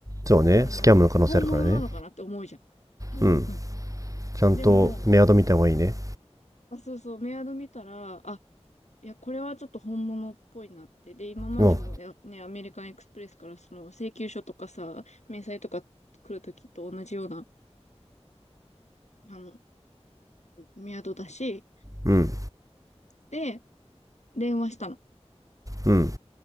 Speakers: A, on the right (about 30°); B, on the left (about 85°).
A: そうね、
B: あの、
A: スキャンムの可能性あるからね。
B: 本物なのかなって思うじゃん。
A: うん。
B: うん
A: ちゃんとメアド見た方がいいね。
B: でも、あ、そうそう、メアド見たら、あ、いや、これはちょっと本物っぽいなって。で、今までも、
A: おう
B: いやね、アメリカンエクスプレスからその請求書とかさ、明細とか来るときと同じような、あの、メアドだし、
A: うん。
B: で、電話したの。
A: うん。